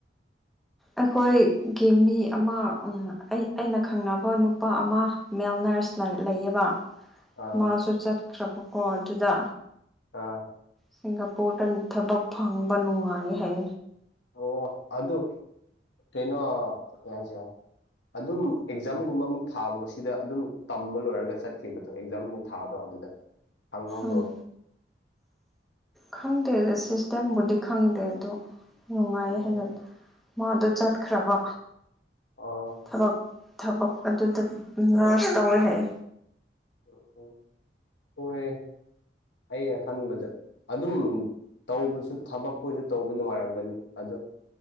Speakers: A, in the centre; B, on the left (about 75°).
A: ꯑꯩꯈꯣꯏꯒꯤ ꯃꯤ ꯑꯃ ꯑꯩ ꯑꯩꯅ ꯈꯪꯅꯕ ꯅꯨꯄꯥ ꯑꯃ ꯃꯦꯜ ꯅꯔꯁ ꯂꯩꯌꯦꯕ
B: ꯑꯥ
A: ꯃꯥꯁꯨ ꯆꯠꯈ꯭ꯔꯕꯀꯣ ꯑꯗꯨꯗ
B: ꯑꯥ
A: ꯁꯤꯡꯒꯥꯄꯨꯔꯗ ꯊꯕꯛ ꯐꯪꯕ ꯅꯨꯡꯉꯥꯏ ꯍꯥꯏ
B: ꯑꯣ ꯑꯗꯨ ꯑꯗꯨ ꯇꯅꯣ ꯀꯁ ꯑꯗꯨꯝ ꯑꯦꯛꯖꯥꯝꯒꯨꯝꯕ ꯑꯃꯨꯛ ꯊꯥꯕ ꯁꯤꯗ ꯑꯗꯨꯝ ꯇꯝꯕ ꯂꯣꯏꯔꯒ ꯆꯠꯕꯗꯣ ꯑꯦꯛꯖꯥꯝꯃꯨꯛ ꯊꯥꯕ ꯑꯗꯨꯗ ꯐꯪꯍꯧꯕ꯭ꯔꯣ
A: ꯎꯝ ꯈꯪꯗꯦ ꯁꯤ ꯁꯤꯁꯇꯦꯝꯕꯨꯗꯤ ꯈꯪꯗꯦ ꯑꯗꯣ ꯅꯨꯡꯉꯥꯏꯌꯦ
B: ꯎꯝ
A: ꯍꯥꯏꯟꯅ ꯃꯥꯗꯣ ꯆꯠꯈ꯭ꯔꯕ
B: ꯑꯥ
A: ꯊꯕꯛ ꯊꯕꯛ ꯑꯗꯨꯗ ꯅꯔꯁ ꯇꯧꯋꯦ ꯍꯥꯏ
B: ꯑꯣ ꯍꯣꯏ ꯑꯩ ꯍꯥꯟꯕꯗ ꯑꯗꯨꯝ ꯇꯧꯕꯁꯨ ꯊꯕꯛ ꯈꯣꯏꯁꯨ ꯇꯧꯕ ꯅꯨꯡꯉꯥꯏꯔꯝꯒꯅꯤ ꯑꯗꯣ